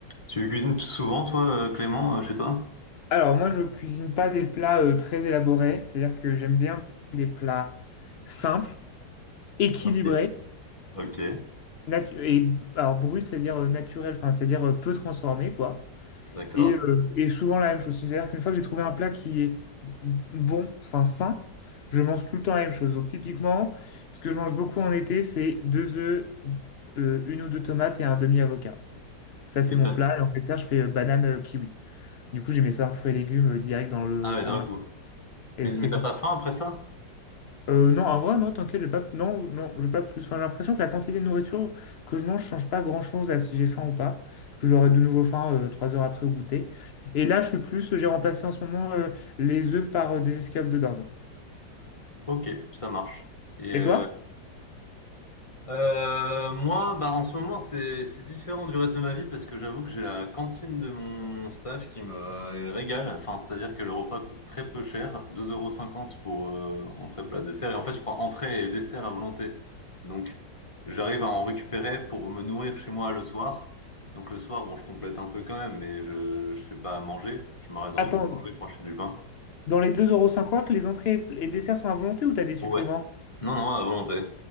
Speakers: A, on the left (about 20°); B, on the left (about 50°).
A: Tu cuisines souvent, toi, euh, Clément, euh, chez toi?
B: Alors, moi, je cuisine pas des plats euh, très élaborés, c'est-à-dire que j'aime bien des plats simples, équilibrés,
A: Ok, ok,
B: natu- et alors brut, c'est-à-dire euh, naturel, enfin, c'est-à-dire euh, peu transformé, quoi.
A: d'accord.
B: Et, euh, et souvent la même chose. C'est-à-dire qu'une fois que j'ai trouvé un plat qui est bon, enfin sain, je mange tout le temps la même chose. Donc, typiquement, ce que je mange beaucoup en été, c'est deux œufs, euh, une ou deux tomates et un demi-avocat. Ça, c'est
A: Et
B: mon
A: t'as...
B: plat. Et en dessert, je fais euh, banane euh, kiwi. Du coup, j'ai mes cinq fruits et légumes euh, direct dans le,
A: Ah ouais,
B: en
A: d'un
B: un.
A: coup.
B: Et
A: Mais,
B: c'est
A: mais t'as
B: comme
A: pas
B: ça.
A: faim après ça?
B: Euh, non, en vrai, non, t'inquiète, j'ai pas, non, non, j'ai pas plus. Enfin, j'ai l'impression que la quantité de nourriture que je mange change pas grand-chose à si j'ai faim ou pas. Parce que j'aurai de nouveau faim euh, trois heures après au goûter. Et là, je suis plus, j'ai remplacé en ce moment euh, les œufs par euh, des escalopes de dinde.
A: Ok, ça marche. Et, euh,
B: Et toi?
A: Euh, moi, bah, en ce moment, c'est c'est différent du reste de ma vie parce que j'avoue que j'ai la cantine de mon staff qui me régale. Enfin, c'est-à-dire que le repas coûte très peu cher, deux euros cinquante pour euh, entrée, plat, dessert. Et en fait, je prends entrée et dessert à volonté. Donc, j'arrive à en récupérer pour me nourrir chez moi le soir. Donc, le soir, bon, je complète un peu quand même, mais je je fais pas à manger. Je m'arrête dans
B: Attends,
A: une boulangerie pour acheter du pain.
B: dans les deux euros, cinquante, les entrées et desserts sont à volonté ou t'as des suppléments?
A: Ouais. Non, non, à volonté.